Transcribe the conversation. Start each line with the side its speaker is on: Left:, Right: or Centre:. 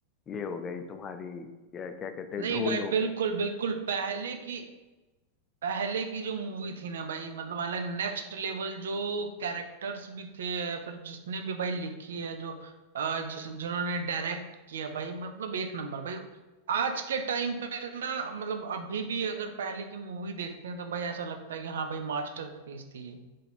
Left: ये हो गई तुम्हारी क्या क्या कहते हैं
Right: नहीं
Left: ढोल
Right: भाई
Left: हो
Right: बिल्कुल
Left: गई
Right: बिल्कुल पहले की पहले की जो मूवी थी ना भाई मतलब अलग नेक्स्ट लेवल जो कैरेक्टर्स भी थे या फिर जिसने भी भाई लिखी है जो अ, जिस जिन्होंने डायरेक्ट किया भाई मतलब एक नंबर भाई आज के टाइम पे ना मतलब अभी भी अगर पहले की मूवी देखते हैं तो भाई ऐसा लगता है कि हाँ भाई मास्टरपीस थी ये